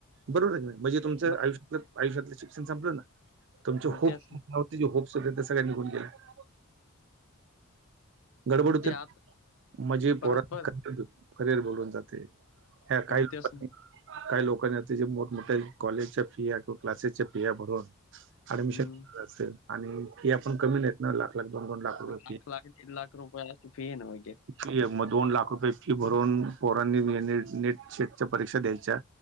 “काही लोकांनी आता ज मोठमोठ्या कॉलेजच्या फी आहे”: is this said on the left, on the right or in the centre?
Right